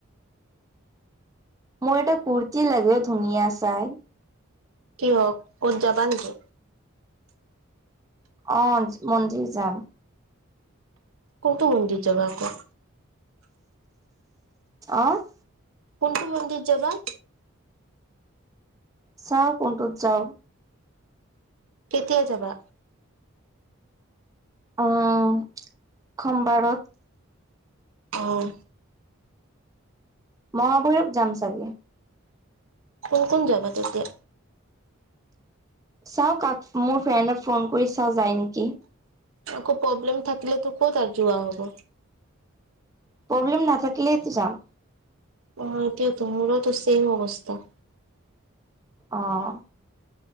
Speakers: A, on the right (about 15°); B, on the right (about 85°).
A: মোৰ এটা কুৰ্তি লাগে অ, ধুনীয়া চাই।
B: কিয় কদ যাবা নেকি?
A: অ, মন্দিৰ যাম।
B: কোনটো মন্দিৰ যাবা আকৌ?
A: অ',
B: কোনটো মন্দিৰ যাবা?
A: চাওঁ কোনটোত যাওঁ
B: কেতিয়া যাবা?
A: উম সোম বাৰত।
B: অঁ
A: মহাভৈৰৱ যাম চাগে।
B: কোন কোন যাবা তেতিয়া?
A: চাওঁ কাক মোৰ ফ্ৰেণ্ডক ফোন কৰি চাওঁ যায় নেকি?
B: আকৌ প্ৰব্লেম থাকিলে তো ক'ত আৰ যোৱা হ'ব।
A: প্ৰব্লেম নাথাকিল টো যাম।
B: অঁ সেইটোৱেই ত' মাৰোতো ছেম অৱস্থা।
A: অঁ